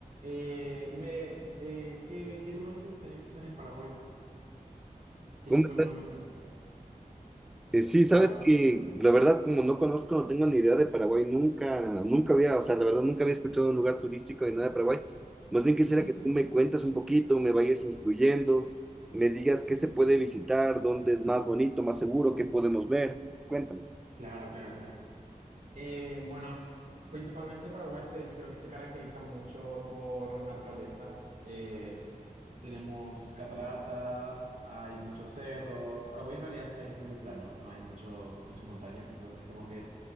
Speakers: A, on the right; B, in the centre.
A: Eh, y me, eh, ¿qué, qué lugares te gustaría visitar en Paraguay? ¿Tienes
B: ¿Cómo estás?
A: alguna... me- eh, s- s-
B: Eh, sí,
A: ¿Sabes?
B: sabes que la verdad, como no conozco, no tengo ni idea de Paraguay, nunca, nunca había, o sea, la verdad, nunca había escuchado de un lugar turístico de nada de Paraguay. Más bien quisiera
A: Ujú.
B: que tú me cuentas un poquito, me vayas instruyendo, me digas qué se puede visitar, dónde es más bonito, más seguro, qué podemos ver. Cuéntame.
A: Claro, claro, claro. Eh, bueno, principalmente Paraguay se, yo creo que se caracteriza mucho por naturaleza. Eh, tenemos cataratas, hay muchos cerros. Paraguay en realidad es un país muy plano, no hay mucho, muchas montañas, entonces como que